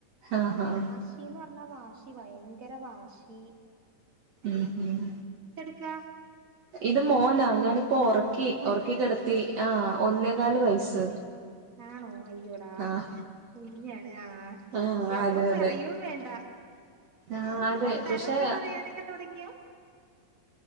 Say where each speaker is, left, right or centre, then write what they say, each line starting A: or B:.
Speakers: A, on the right; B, on the right.
A: ആഹ്
B: വാശിന്ന്
A: ആഹ്
B: പറ എന്ന വാശി ഭയങ്കര വാശി
A: ഉം ഹം
B: ക്ക
A: ഇത് മോനാ ഞനി ഇപ്പൊ ഉറക്കി
B: മോനാണോ
A: ഉറക്കി കിടത്തി ആഹ ഒന്നേ കാല്
B: ആ
A: വയസ്സ്
B: ആണോ അ അച്ചട
A: ആഹ്
B: കുഞ്ഞാണ് ആഹ
A: ആഹ്
B: അപ്പൊ
A: അതെ
B: പറയയും
A: അതെ
B: വേണ്ട
A: ആഹ് അതെ
B: വർത്താനോ
A: പക്ഷെ
B: ഒക്കെ പറയാനൊക്കെ തുടങ്ങിയോ